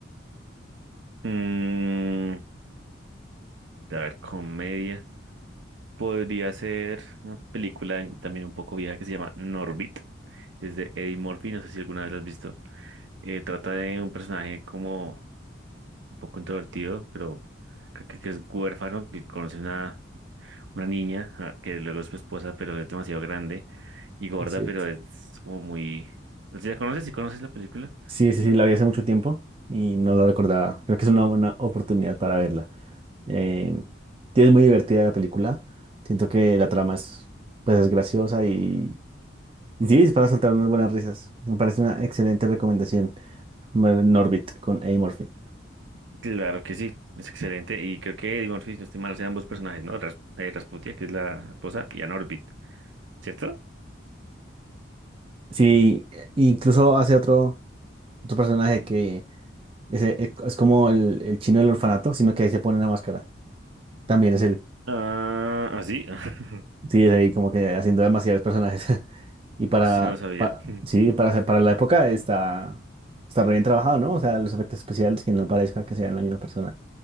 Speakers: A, on the right (about 75°); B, on the right (about 30°).
A: Mm, a ver, comedia. Podría ser una película en- también un poco vieja que se llama Norbit. Es de Eddie Murphy, no sé si alguna vez la has visto. Eh, trata de un personaje como un poco introvertido, pero creo que, que es huérfano, que conoce una, una niña, ja, que luego es su esposa, pero es demasiado grande y gorda,
B: Es cierto.
A: pero es como muy... ¿Sí la conoces? ¿Sí conoces la película?
B: Sí, sí, sí, la vi hace mucho tiempo y no la recordaba. Creo que es una buena oportunidad para verla. Eh, sí, es muy divertida la película. Siento que la trama es, pues, es graciosa y, y sí, es para soltar unas buenas risas. Me parece una excelente recomendación. Ver Norbit con Eddie Murphy.
A: Claro que sí, es excelente. Y creo que Eddie Murphy, si no estoy mal, hace ambos personajes, ¿no? Ras- eh, Rasputia, que es la esposa, y Ann Orbit, ¿cierto?
B: Sí, e- incluso hace otro, otro personaje que es, es como el, el chino del orfanato, sino que ahí se pone una máscara. También es el,
A: Ah, ¿ah, sí? <laughs>
B: sí, es ahí como que haciendo demasiados personajes. <laughs> Y para,
A: Eso sí no lo sabía.
B: pa-
A: <laughs>
B: sí, para, hacer- para la época está, está re bien trabajado, ¿no? O sea, los efectos especiales que no parezca que sean la misma persona.